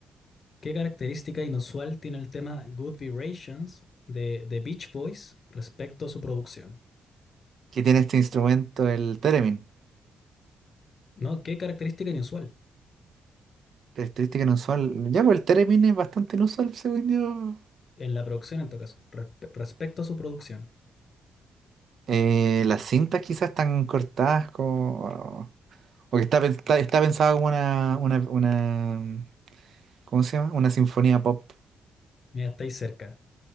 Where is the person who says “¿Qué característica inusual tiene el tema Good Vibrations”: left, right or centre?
Left